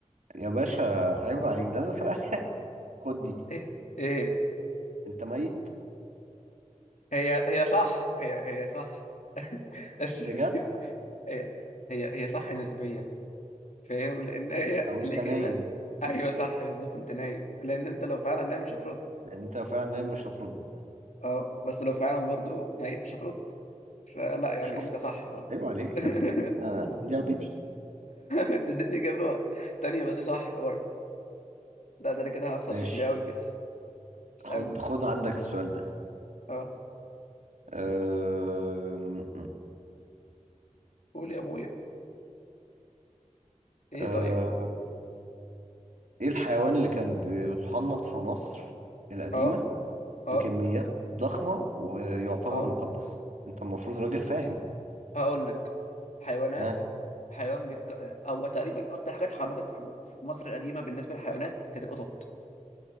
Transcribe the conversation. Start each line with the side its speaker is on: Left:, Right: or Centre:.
Right: يا باشا عيب عليك ده ده سؤال <laughs> خد دي
Left: ايه ايه
Right: انت ميت
Left: هي هي صح هي هي صح <laughs> بس
Right: بجد
Left: هي هي هي صح نسبيا فاهم لان هي
Right: او انت
Left: الاجابه
Right: نايم
Left: ايوه صح بالظبط انت نايم لان انت لو فعلا نايم مش هترد
Right: لان انت لو فعلا نايم مش هترد
Left: اه بس لو فعلا برضو ميت مش هترد فلا يعني
Right: شفت
Left: انت صح برضو
Right: عيب عليك
Left: <laughs>
Right: يا ابني آه دي لعبتي
Left: أنت اديتني اجابه تانية بس صح برضو لا ده انا كده هخسر
Right: ماشي
Left: شكلي قوي كده اسالني
Right: خد خد عندك السؤال ده
Left: اه
Right: أم-
Left: قول يا ابويا ايه
Right: أه،
Left: طيب
Right: ايه الحيوان اللي كان بيتحنط في مصر القديمة
Left: اه اه
Right: بكميات ضخمة ويعتبر
Left: اه
Right: مقدس انت المفروض راجل فاهم
Left: هقول لك حيوانات
Right: آه.
Left: حيوان بيتك... هو تقريبا اكتر حاجه اتحنطت في مصر القديمه بالنسبه للحيوانات كانت القطط